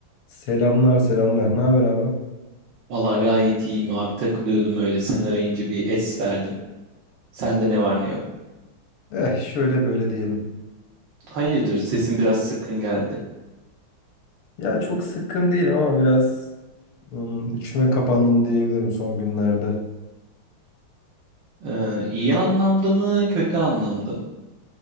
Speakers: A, on the left; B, on the right.
A: Selamlar selamlar. Ne haber abi?
B: Valla gayet iyiyim abi takılıyordum öyle sen arayınca bir es verdim. Sende ne var ne yok.
A: Eh şöyle böyle diyelim.
B: Hayırdır sesin biraz sıkkın geldi.
A: Ya çok sıkkın değilim ama biraz ım, içime kapandım diyebilirim son günlerde.
B: Ee, iyi anlamda mı kötü anlamda mı?